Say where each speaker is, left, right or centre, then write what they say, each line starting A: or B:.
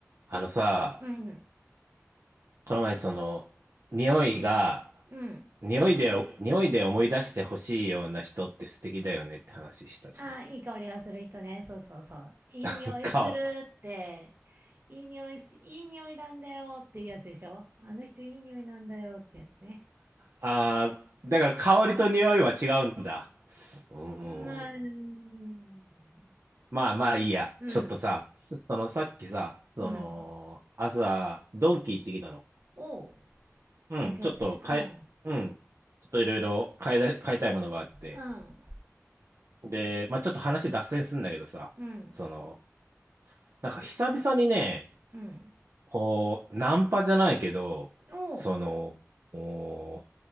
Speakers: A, on the right; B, on the right.
A: あのさ、
B: うん。
A: この前その、匂いが、
B: うん。
A: 匂いで、匂いで思い出してほしいような人って素敵だよねって話したじゃん。
B: ああ、いい香りがする人ね。そうそうそう。いい匂いするって。
A: <laughs> か、
B: いい匂いし、いい匂いなんだよっていうやつでしょあの人いい匂いなんだよってやつね。
A: あー、だから香りと匂いは違うんだ。うー
B: うーん。
A: ん。まあまあいいや。
B: うん。
A: ちょっとさ、そそのさっきさ、その、
B: うん。
A: 朝、ドンキ行ってきたの。
B: おう。
A: うん、
B: ドンキホーテ。
A: ちょっと変え、
B: うん。
A: うん、ちょっといろいろ変えだ、変えたいものがあって。
B: うん。
A: で、まあちょっと話脱線するんだけどさ、
B: うん。
A: その、なんか久々にね、
B: うん。
A: こう、ナンパじゃないけど、
B: おう。
A: その、お